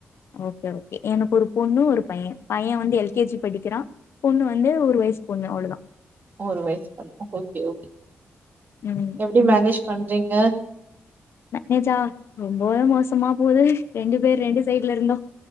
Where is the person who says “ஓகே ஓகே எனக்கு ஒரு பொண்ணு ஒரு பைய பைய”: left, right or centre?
Left